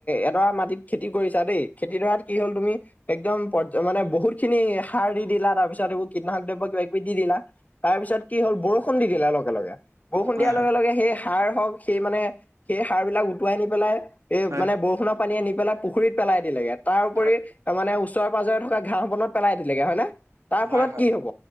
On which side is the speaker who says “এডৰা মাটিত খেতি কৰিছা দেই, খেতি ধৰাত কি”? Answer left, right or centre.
Left